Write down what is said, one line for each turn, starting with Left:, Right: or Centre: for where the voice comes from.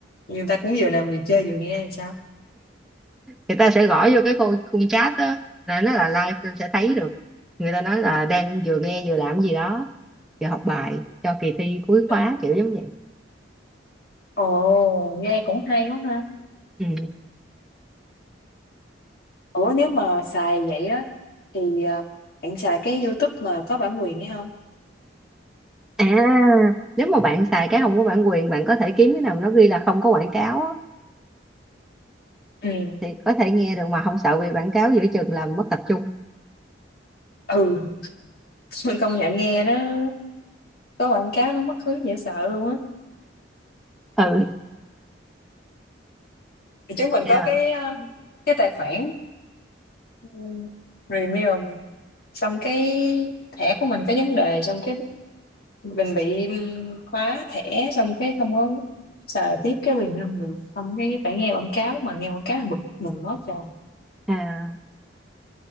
Left: người ta cũng vừa làm vừa chơi vừa nghe thì sao
Centre: người ta sẽ gõ vô cái khung, khung chat đó là nó là live nên sẽ thấy được người ta nói là đang vừa nghe vừa làm gì đó vừa học bài cho kỳ thi cuối
Left: Ừ.
Centre: khóa kiểu giống vậy
Left: Ồ, nghe cũng hay quá ha.
Centre: ừ.
Left: Ủa nếu mà xài vậy á thì à, bạn xài cái YouTube mà có bản quyền hay không?
Centre: à nếu mà bạn xài cái không có bản quyền bạn có thể kiếm cái nào nó ghi là không có quảng cáo á,
Left: Ừ.
Centre: thì có thể nghe được mà không sợ bị quảng cáo giữa chừng làm mất tập trung
Left: Ừ, <laughs> công nhận nghe nó có quảng cáo nó mất hứng dễ sợ luôn á.
Centre: ừ
Left: Thì chúng mình
Centre: yeah.
Left: có cái à, cái tài khoản Ừ. review mình xong cái thẻ của mình có vấn đề xong cái mình bị um, khóa thẻ xong cái không có xài tiếp cái review được xong cái phải nghe quảng cáo mà nghe quảng cáo là bực mình quá trời
Centre: à,